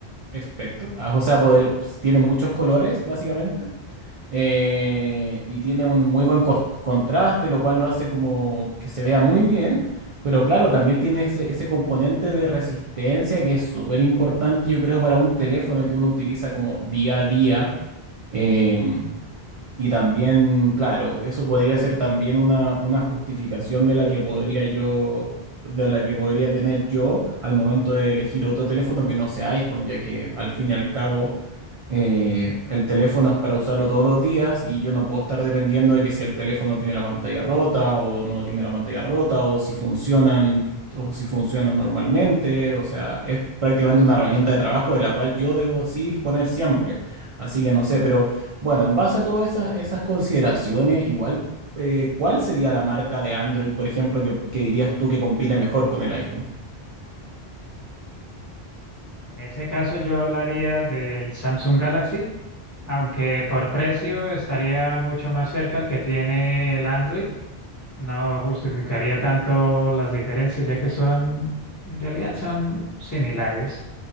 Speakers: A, on the right; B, on the left.
A: espectro. Ah, O sea, poder, tienen muchos colores, básicamente eh, y tiene un muy buen cos- contraste, lo cual lo hace como que se vea muy bien, pero claro, también tiene ese, ese componente de resistencia que es súper importante, yo creo, para un teléfono que uno utiliza como día a día. em, y también, claro, eso podría ser también una, una justificación de la que podría yo, de la que podría tener yo al momento de elegir otro teléfono que no sea iPhone, ya que al fin y al cabo eh, el teléfono es para usarlo todos los días y yo no puedo estar dependiendo de que si el teléfono tiene la pantalla rota o no tiene la pantalla rota o si funcionan o si funcionan normalmente. O sea, es prácticamente una herramienta de trabajo de la cual yo debo sí disponer siempre. Así que no sé, pero bueno, en base a todas esas, esas consideraciones, igual, eh, ¿cuál sería la marca de Android, por ejemplo, que, que dirías tú que compite mejor con el iPhone?
B: En ese caso, yo hablaría del Samsung Galaxy, aunque por precio estaría mucho más cerca el que tiene el Android No justificaría tanto las diferencias, ya que son, en realidad son similares.